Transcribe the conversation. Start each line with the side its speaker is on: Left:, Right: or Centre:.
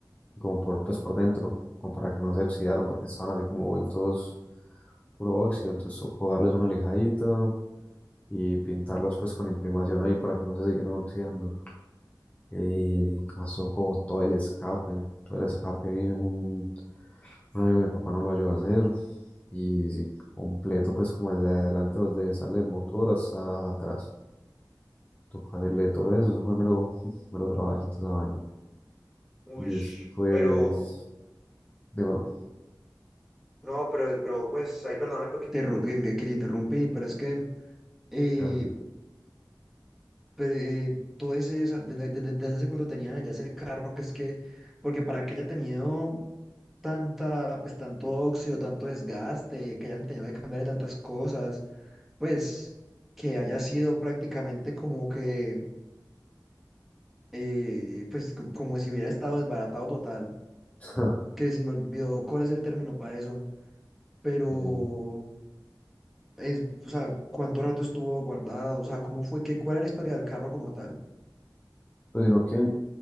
Left: como por, pues por dentro, como para que no se oxidaran, porque estaban así como vueltos puro óxido. Entonces tocó darles una lijadita y pintarlos pues con imprimación ahí para que no se siguieran oxidando. Eh, ¿qué pasó con todo el escape? Todo el escape, un, un amigo de mi papá no lo ayudó a hacer. Y sí, completo, pues como desde adelante, donde sale el motor hasta atrás. Tocó hacerle todo eso, eso fue mero, <laughs> mero trabajito esa vaina.
Centre: Uy,
Left: Después,
Centre: pero,
Left: démelo.
Centre: no, pero, pero pues ahí perdóname porque te, ru- que, que te interrumpí, pero es que eh,
Left: creo que-
Centre: pero eh, todo ese, esa- desde, desde, desde hace cuando tenía ya ese carro, que es que, porque para que haya tenido tanta, pues tanto óxido, tanto desgaste, que hayan tenido que cambiar tantas cosas, pues que haya sido prácticamente como que, eh, pues co- como si hubiera estado desbaratado total,
Left: <laughs>
Centre: que se me olvidó cuál es el término para eso, pero...
Left: Eh,
Centre: Es, o sea, ¿cuánto rato estuvo guardado? O sea, ¿cómo fue que, cuál era la historia del carro como tal?
Left: Pues sino que